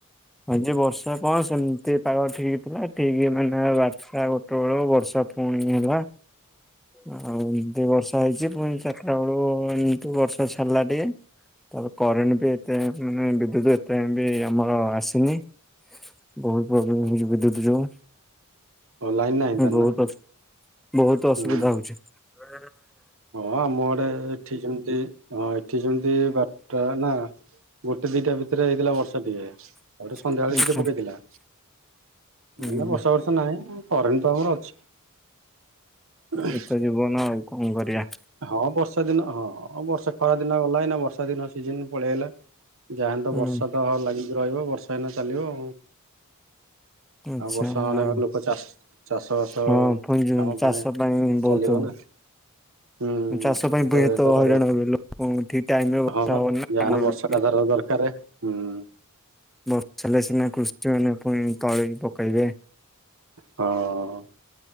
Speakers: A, in the centre; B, on the right.
A: ଆଜି ବର୍ଷା କଣ ସେମିତି ପାଗ ଠିକ୍ ଥିଲା। ଠିକି ମାନେ ବାର ବାରଟା ଗୋଟେ ବେଳକୁ ବର୍ଷା ପୁଣି ହେଲା। ଆଉ ଏମତି ବର୍ଷା ହେଇଛି ପୁଣି ଚାରିଟା ବେଳୁ ଏମତି ବର୍ଷା ଛାଡିଲା ଟିକେ ତାପରେ କରେଣ୍ଟ୍ ବି ଏତେ ମାନେ ବିଦ୍ୟୁତ ଏତେ ବି ଆମର ଆସି ନି ବହୁତ ପ୍ରୋବ୍ଲେମ୍ ହଉଛି ବିଦ୍ୟୁତ୍ ଯୋଉ
B: ଓ ଲାଇନ ନାହିଁ ତାହେଲେ
A: ବହୁତ
B: ନା
A: ଅସୁବି ବହୁତ
B: ହୁଁ।
A: ଅସୁବିଧା ହଉଛି। ହ <inaudible>
B: ହଁ ଆମ ଆଡେ ଏଠି ଯେମିତି ହଁ ଏଠି ଯେମତି ବାଟରେ ନା ଗୋଟେ ଦିଟା ଭିତରେ ହେଇଥିଲା ବର୍ଷା ଟିକେ। ତାପରେ ସନ୍ଧ୍ୟାବେେଳେ
A: ଆଚ୍ଛା
B: ଟିକେ ପକେଇଥିଲା। ଏଇନା
A: ହୁଁ
B: ବର୍ଷା ବର୍ଷା ନାହିଁ କରେଣ୍ଟ ତ ଆମର ଅଛି।
A: ଏତ ଜୀବନ ଆଉ କଣ କରିବା।
B: ହଁ ବର୍ଷା ଦିନ ହଁ ବର୍ଷା ଖରା ଦିନ ଗଲା ଏଇନା ବର୍ଷା ଦିନ ସିଜନ୍ ପଳେଇଆଇଲା। ଯାହାନି ତ
A: ହୁଁ
B: ବର୍ଷା ତ ଲାଗିକି ରହିବ ବର୍ଷା ଏଇନା ଚାଲିବ।
A: ଆଚ୍ଛା
B: ଆଉ ବର୍ଷା ନହେଲେ
A: ଆଉ
B: ଲୋକ ଚାଷ ଚାଷ ବାସ
A: ହଁ ପୁଣି
B: କାମ ଫେଣେ
A: ଚାଷ ପାଇଁ
B: ଚାଲିବ
A: ବହୁତ
B: ନା ହୁଁ
A: ଚାଷ ପାଇଁ
B: ତ
A: ପୁଣିତ
B: ଯେତେବେଳେ
A: ଏତ ହଇରାଣ ହେବ ଲୋକ ଠିକ୍ ଟାଇମ୍ ରେ ବର୍ଷା
B: ହଁ ବା
A: ହବନି ନା
B: ଯାହାହେଲେ
A: ଆମର
B: ବର୍ଷା ଟା ତାର ଦରକାରେ ହୁଁ
A: ବର୍ଷା ହେଲେ ସେମାନେ କୃଷି ମାନେ ପୁଣି ତଳି ପକେଇବେ।
B: ହଁ